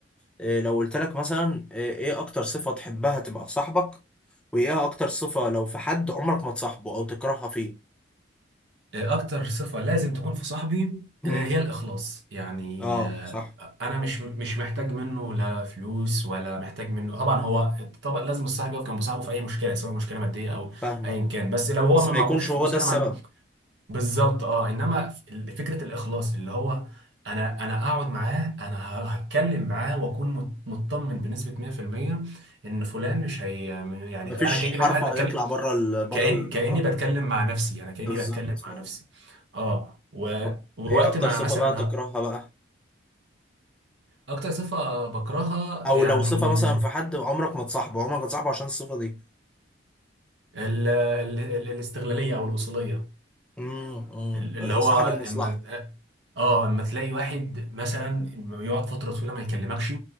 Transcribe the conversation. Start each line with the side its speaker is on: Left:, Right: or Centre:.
Centre: إيه، لو قلت لك مثلا ايه إيه اكتر صفة تحبها تبقى في صاحبك وايه اكتر صفة لو في حد عمرك ما تصاحبه او تكرهها فيه
Right: اكتر صفة لازم تكون في صاحبي
Centre: مم.
Right: آه، هي الاخلاص يعني
Centre: اه
Right: آه،
Centre: صح
Right: انا مش مش محتاج منه لا فلوس ولا محتاج منه طبعا هو طبعا لازم الصاحب يقف جنب صاحبه في اي مشكله سواء مشكله ماديه او
Centre: فاهمك
Right: ايا كان بس لو هو
Centre: بس
Right: ما
Centre: ما
Right: معهوش
Centre: يكونش
Right: فلوس
Centre: هو ده
Right: انا
Centre: السبب
Right: ما عند- بالظبط اه انما ال- فكره الاخلاص اللي هو انا انا اقعد معاه انا ه- هتكلم معاه واكون مت- مطمن بنسبه 100% ان فلان مش هي يعني
Centre: مفيش
Right: انا كاني
Centre: حرف
Right: بقى قاعد
Centre: هيطلع
Right: بتكلم
Centre: بره ال... بره
Right: كأن
Centre: النقاط
Right: كأني بتكلم مع نفسي انا كأني
Centre: بالظبط
Right: بتكلم
Centre: آه.
Right: مع نفسي اه و...
Centre: طب
Right: ووقت
Centre: ايه اكتر
Right: ما
Centre: صفة
Right: مثلا
Centre: بقى تكرهها
Right: ه...
Centre: بقى
Right: اكتر صفة بكرهها
Centre: او
Right: يعني
Centre: لو صفة مثلا في حد عمرك ما تصاحبه عمرك ما تصاحبه عشان الصفة دي
Right: ال... ال... ال... الاستغلالية او الوصولية
Centre: امم
Right: ال- اللي هو
Centre: صاحب المصلحة
Right: اما اه اما تلاقي واحد مثلا لما يقعد فتره طويله ما يكلمكش